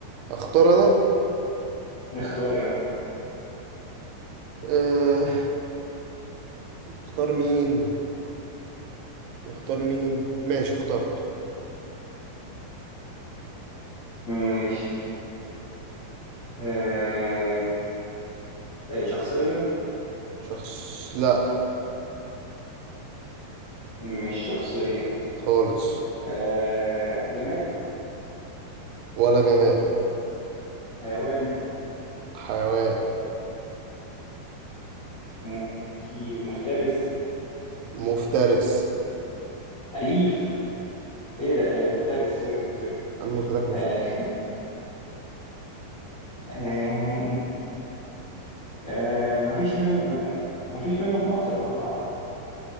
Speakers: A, on the right; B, on the left.
A: اختار انا
B: اختار يا عم
A: أه اختار مين اختار مين ماشي اخترت
B: ماشي آه... آه، شخصية
A: شخص لا
B: مش شخصية
A: خالص
B: آه... جماد
A: ولا جماد
B: حيوان
A: حيوان
B: مم، كي- مفترس
A: مفترس
B: أليف إيه ده آه، مفترس سوري سوري
A: انا قلت لك مفترس
B: آه... آه... آه... مفيش من مفيش منه في مصر آه، أعتقد